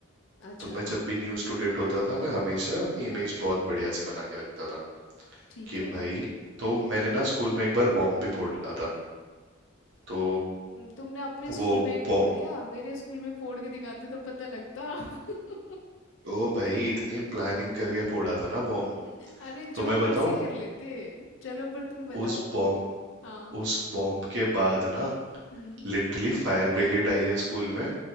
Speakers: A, on the left; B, on the right.
A: अच्छा
B: तो मैं
A: हाँ
B: जब भी न्यू स्टूडेंट होता था मैं हमेशा अपनी इमेज बहुत बढ़िया सी बना के रखता था
A: ठीक
B: कि
A: है
B: भाई तो मैंने ना स्कूल में एक बार बॉम्ब भी फोड़ रहा था तो
A: हम्म, तुमने अपने स्कूल
B: वो
A: में ही फोड़
B: बॉम्ब
A: दिया मेरे स्कूल में फोड़ के दिखाते तो पता लगता <laughs>
B: ओ भाई इतनी प्लानिंग करके फोड़ा था ना बॉम्ब
A: अरे
B: तो
A: जो
B: मैं
A: मर्जी
B: बताऊं
A: कर लेते चलो पर तुम बताओ
B: उस बॉम्ब
A: हाँ
B: उस बॉम्ब के बाद ना
A: हम्म
B: लिटरली फायर ब्रिगेड आई है स्कूल में